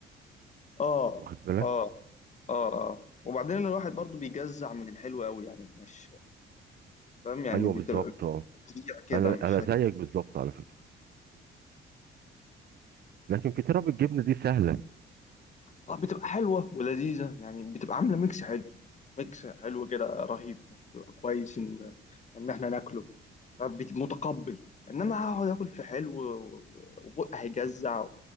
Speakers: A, on the left; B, on the right.
A: اه
B: واخد بالك
A: اه اه اه وبعدين الواحد برضو بيجزع من الحلو قوي يعني مش فاهم يعني
B: ايوه
A: بتبقى
B: بالظبط اه
A: تجزيع كده
B: انا
A: مش
B: انا زيك بالظبط على فكره لكن فطيره بالجبنه دي سهله
A: اه بتبقى حلوة ولذيذة يعني بتبقى عاملة ميكس حلو ميكس حلو كده رهيب يعني بيبقى كويس ان ان احنا ناكله فبت- متقبل انما هقعد اكل في حلو و- وبقى هيجزع